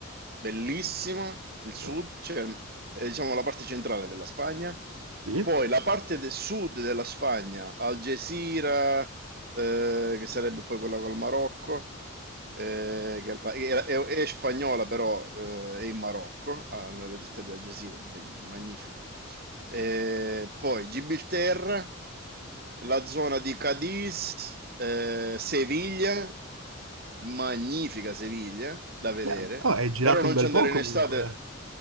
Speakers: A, on the right (about 45°); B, on the right (about 80°).
A: bellissima, il sud,
B: No.
A: cioè eh, diciamo la parte centrale della Spagna,
B: Sì?
A: poi la parte del sud della Spagna, Algeciras, eh, che sarebbe poi quella col Marocco, eh, che la- è, è- è spagnola però eh, è in Marocco, ah, nella città di Algeciras, ben- magnifica. Eh, poi Gibilterra, la zona di Cadiz, eh, Seviglia, magnifica Seviglia da vedere,
B: Yeah. Oh, hai girato
A: però non
B: un bel
A: ci andare
B: po'
A: in
B: comunque.
A: estate.
B: eh.